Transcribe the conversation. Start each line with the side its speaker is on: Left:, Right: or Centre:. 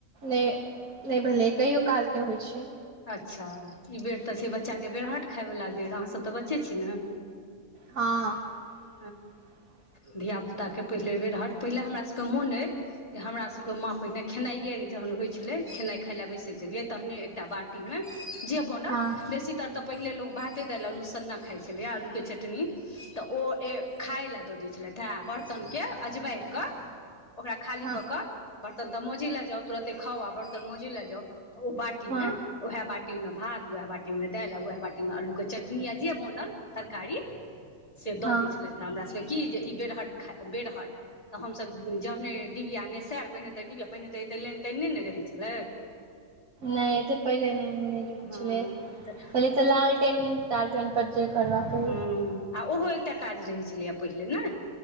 Right: नइ नइ भेलइ कहियो कालके होइ छै
Left: अच्छा ई बेर तऽ छै बच्चाके बेरहट खायवाला बेर अहाँसभ तऽ बच्चे छी न हूँ
Right: हँ <inaudible>
Left: हू धियापुताके पहिले बेरहट पहिले हमरा सबके मोन अइ जे हमरा सबके माँ पहिने खेनाइए जहन होइ छलइ खेनाइ खाइ ला बैस छलियै तहने एकेटा बाटी मै जे बनल
Right: हँ
Left: बेसी तर तऽ पहिले लो भाते दाल आलू सन्ना खाय छलया आलू के चटनी तऽ ओ ए खाय ले द दे छै छलथि हेँ बरतनके अजबाइर कऽ ओकरा खाली
Right: हँ
Left: कऽ क बर्तन तऽ मोजे लए जाउ तुरते खाउ आ बर्त मोजे ल जाउ तऽ ओ बाटी
Right: हँ
Left: मे वएह बाटी मे भात वएह बाटी मे दालि वएह बाटी मे आलू के चो चटनी य जे बनल तरकारी से द
Right: हँ
Left: दै छलथि ह हमरा सब की जे ई डेरहट खाये बेरहट तऽ हमसभ जहने डिबिया नेसेल पहिने तऽ डिबियाहि पहिने त तै लाइन तने ने रहै छलै
Right: नए ते पहिल नइ नहि रहै
Left: हँ
Right: छले पहिले
Left: तऽ
Right: तऽ लालटेन टालटेन पर जे करवाके
Left: हँ आ ओहो एकटा काज रहै छलैय पहिले ना